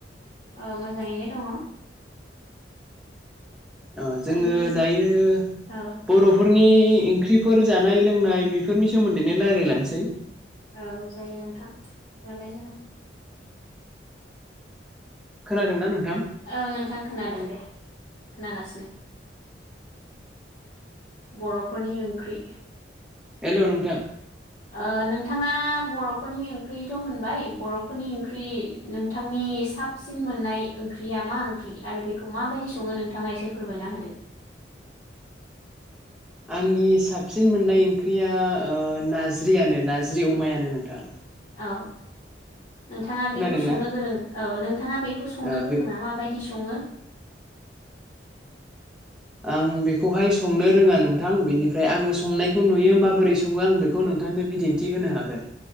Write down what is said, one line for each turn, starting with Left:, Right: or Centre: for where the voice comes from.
Left: ओ मोजाङैनो दङ।
Centre: ओ जोङो
Left: दायो
Centre: दायो
Left: औ
Centre: बर'फोर नि ओंख्रिफोर जानाय लोंनाय बेफोरनि सोमोन्दैनो लायरायलांसै
Left: औ जायो नोंथां रायलाय जागोन।
Centre: खोनादोंना नों
Left: ओ नोंथां खोनादों दे खोनागासिनो। बर'फोरनि ओंख्रि
Centre: हेलौ, नोंथां।
Left: ओ नोंथाङा बर'फोरनि ओंख्रिथ' होनबाय बर'फोरनि ओंख्रि नोंथां नि साबसिन मोन्नाय ओंख्रिया मा ओंख्रि आरो बेखौ माबायदि सङो? नोंथाङा एसे फोरमायना होदो। <inaudible>
Centre: आंनि साबसिन मोननाय ओंख्रिया ओ नारज्रियानो नारज्रि अमायानो नोंथां।
Left: अ नोंथाङा
Centre: खोनादोंना
Left: बेखौ संनो गोरों औ नोंथाङा बेखौ संनो
Centre: ओ
Left: गोरोंना
Centre: बे
Left: माबायदि स सङो?
Centre: आं बेखौहाय संनो रोङा नोंथां बेनिफ्राय आङो संनायखौ नुयो माबोरै सङो आं बेखौ नों थांनो बिदिन्थि होनो हागोन।